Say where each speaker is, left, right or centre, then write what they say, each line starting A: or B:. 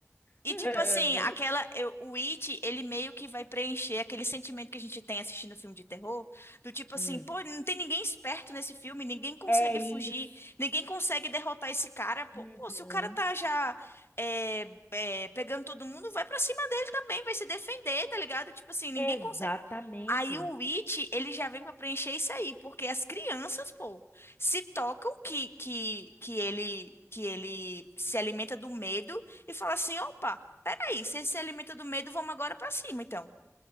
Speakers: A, on the left (about 50°); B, on the left (about 35°).
A: E
B: <laughs>
A: tipo
B: É,
A: assim,
B: véi.
A: aquela eu- o It, ele meio que vai preencher aquele sentimento que a gente tem assistindo filme de terror, do tipo
B: Hum,
A: assim, pô, não tem ninguém esperto nesse filme, ninguém consegue
B: É isso.
A: fugir, ninguém consegue derrotar esse cara. Pô,
B: Uhum.
A: pô, se o cara tá já é, é, pegando todo mundo, vai pra cima dele também, vai se defender, tá ligado? Tipo assim, ninguém
B: Exatamente.
A: consegue. Aí o It, ele já vem pra preencher isso aí, porque as crianças, pô, se tocam que que que ele que ele se alimenta do medo e fala assim, opa, peraí, se ele se alimenta do medo, vamos agora pra cima, então.